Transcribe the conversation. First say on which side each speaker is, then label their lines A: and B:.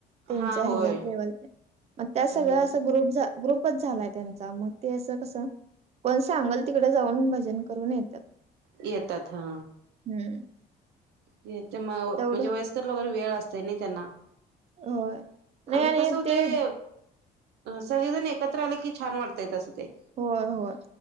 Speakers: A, on the right; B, on the right.
A: त्यांच्या
B: हा होय
A: ह्याच्यात लेवल आणि
B: हम्म
A: त्या सगळ्या असं ग्रुप झा ग्रुपच झालाय त्यांचा. मग ते असं कसं कोण सांगाल तिकडं जाऊन भजन करून येत्यात.
B: येतात हा.
A: हम्म.
B: हेचे मग
A: तेवढं
B: म्हणजे वयस्कर लोकांना वेळ असतोय नाही त्यांना.
A: होय. नाही
B: आणि कस होतंय
A: ते
B: सगळेजण एकत्र आले की, छान वाटतय तसं ते.
A: होय होय.